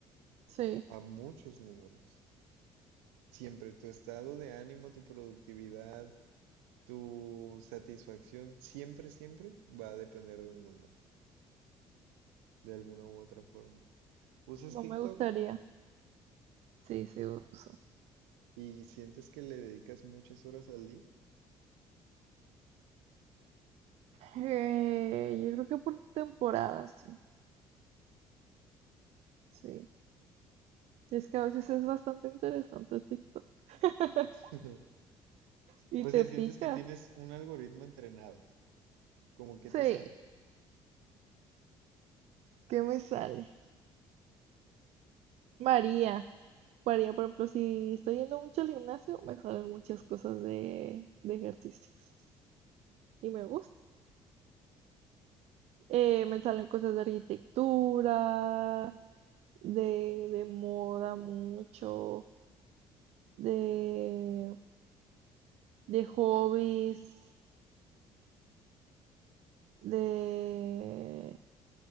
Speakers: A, on the right (about 55°); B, on the right (about 70°).
A: Sí,
B: a muchos números. Siempre tu estado de ánimo, tu productividad, tu satisfacción, siempre, siempre va a depender de un número, de alguna u otra forma. ¿Usas
A: no
B: TikTok?
A: me gustaría. Sí, sí uso.
B: ¿Y sientes que le dedicas muchas horas al día?
A: Eh, yo creo que por temporada, sí. Sí. Es que a veces es bastante interesante TikTok. <laughs>
B: <laughs>
A: y
B: O
A: te
B: sea, sientes
A: pica.
B: que tienes un algoritmo entrenado, como que
A: Sí,
B: te sale.
A: ¿qué me sale? María. Varía, por ejemplo, si estoy yendo mucho al gimnasio, me salen muchas cosas de, de ejercicios y me gusta. Eh, me salen cosas de arquitectura, de, de moda mucho, de, de hobbies, de...